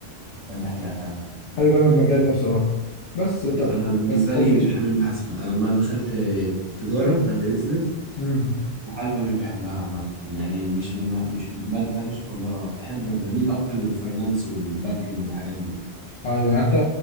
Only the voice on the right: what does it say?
فاهم دي حقيقة فعلا
انا بالنسبة
لي مش بحب المحاسبة انا لما دخلت تجارة دخلت بيزنس
المحاسبة مش بحبها عامة يعني مش من ما... مش المادة بتاعتي مش مفضلة بحب بميل اكتر للفاينانس والبانكينج والحاجات دي